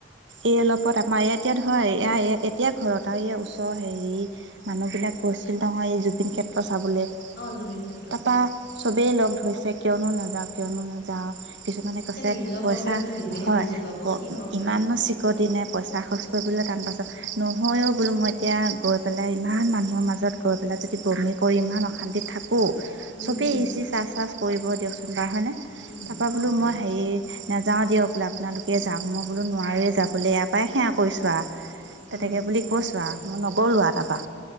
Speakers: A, on the right; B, on the left.
A: এই অলপত আমাৰ ই এতিয়া হয় এ এতিয়া ঘৰত আৰু ই ওচৰ হেৰি মানুহ বিলাক গৈছিল নহয় এই জুবিন ক্ষেত্ৰ চাবলে
B: অ জুবিন ক্ষেত্ৰ
A: তাৰাপা চবেই লগ ধৰিছে কিয়নো নাযাও কিয়নো নাযাওঁ কিছুমানে
B: উম, এতিয়া
A: কৈছে
B: নিজৰ
A: পইচা
B: প্ৰব্লেমটো নিজেহে
A: হয়
B: বুজি পাব
A: প
B: কি প্ৰব্লেম
A: ইমানো
B: হয়।
A: চিকটি নে, নাই পইচা খৰচ কৰিবলৈ টান পাইছো নহয়ও বোলো মই এতিয়া গৈ পেলাই ইমান মানুহৰ মাজত গৈ পেলাই যদি বমি কৰি ইমান অশান্তিত থাক কৌ
B: উম,
A: চবেই
B: উম,
A: ইচ ইচ আচ আছ কৰিব দিয়কচোন বাৰ হয়নে
B: উম,
A: তাৰপৰা
B: হয়তো
A: বোলো মই হেৰি নাযাওঁ দিয়ক বোলে আপোনালোকে যাওক মই বোলো নোৱাৰোৱেই যাবলৈ ইয়াৰ পৰাই সেৱা কৰিছোঁ আ তেনেকে
B: উম,
A: বুলি কৈছো আ মই নগলোোৱা তাৰপা